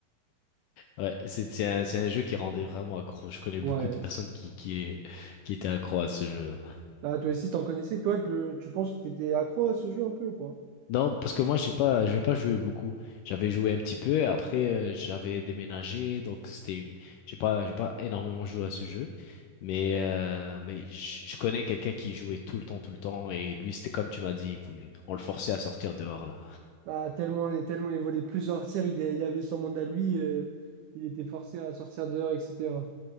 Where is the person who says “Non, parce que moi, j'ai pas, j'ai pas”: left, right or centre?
Left